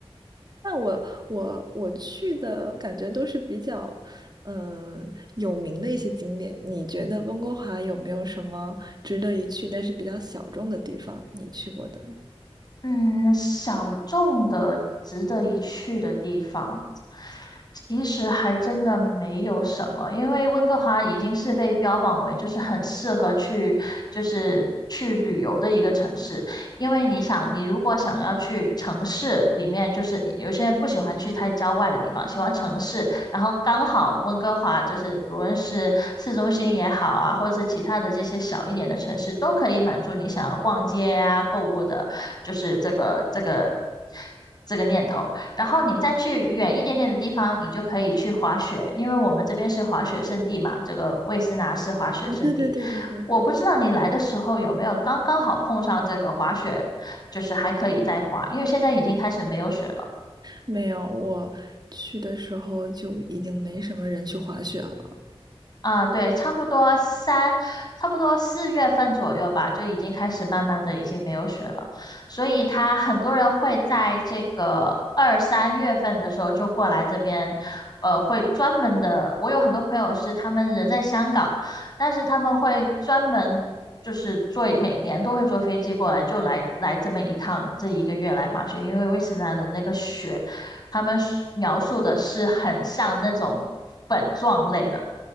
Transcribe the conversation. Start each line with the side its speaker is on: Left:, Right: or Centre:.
Right: 那我我我去的感觉都是比较，嗯、有名的一些景点。你觉得温哥华有没有什么值得一去，但是比较小众的地方？你去过的？
Left: 嗯，小众的、值得一去的地方，其实还真的没有什么，因为温哥华已经是被标榜为就是很适合去，就是去旅游的一个城市。因为你想，你如果想要去城市里面，就是有些人不喜欢去太郊外的地方，喜欢城市，然后刚好温哥华就是不论是市中心也好啊，或者是其他的这些小一点的城市，都可以满足你想要逛街啊、购物的，就是这个这个这个念头。然后你再去远一点点的地方，你就可以去滑雪，因为我们这边是滑雪胜地嘛，这个魏斯拿是滑雪胜地。
Right: 啊，对对对对对，
Left: 我不知道你来的时候有没有刚刚好碰上这个滑雪，就是还可以再滑，因为现在已经开始没有雪了。
Right: 没有，我去的时候就已经没什么人去滑雪了。
Left: 啊，对，差不多三，差不多四月份左右吧，就已经开始慢慢的已经没有雪了，所以他很多人会在这个二三月份的时候就过来这边，呃，会专门的，我有很多朋友是他们人在香港，但是他们会专门就是坐，每年都会坐飞机过来，就来来这么一趟，这一个月来滑雪，因为威斯兰的那个雪，他们是描述的是很像那种。粉状类的。